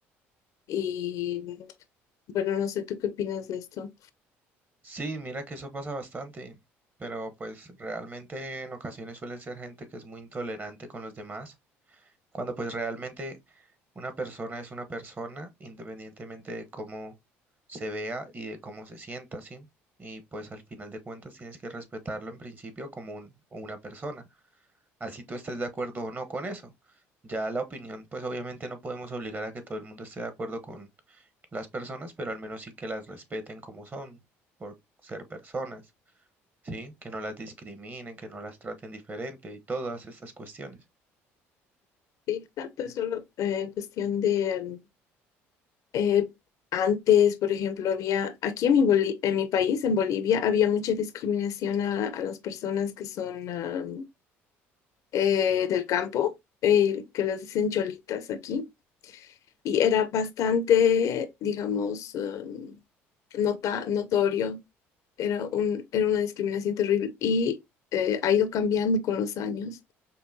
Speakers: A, on the left; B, on the right.
A: Y bueno, no sé tú qué opinas de esto.
B: Sí, mira que eso pasa bastante, pero pues realmente en ocasiones suele ser gente que es muy intolerante con los demás, cuando pues realmente una persona es una persona independientemente de cómo se vea y de cómo se sienta, ¿sí? Y pues al final de cuentas tienes que respetarlo en principio como un- una persona. así tú estés de acuerdo o no con eso. Ya la opinión, pues obviamente no podemos obligar a que todo el mundo esté de acuerdo con las personas, pero al menos sí que las respeten como son, por ser personas, ¿sí? Que no las discriminen, que no las traten diferente y todas estas cuestiones.
A: Sí, tanto es solo eh, cuestión de mm, eh, antes, por ejemplo, había aquí en mi, Boli- en mi país, en Bolivia, había mucha discriminación a, a las personas que son ah, eh, del campo, eh, que les dicen cholitas aquí. y era bastante, digamos, em, nota, notorio, era un, era una discriminación terrible y eh, ha ido cambiando con los años.